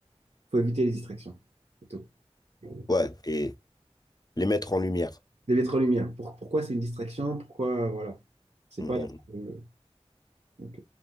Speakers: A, on the right; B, on the left.
A: faut éviter les distractions. C'est tout. Les
B: Ouais, et les mettre en lumière.
A: lettres en lumière. Pour- pourquoi c'est une distraction? Pourquoi, voilà. C'est
B: Mm,
A: pas là.
B: mm.
A: que- euh, ok.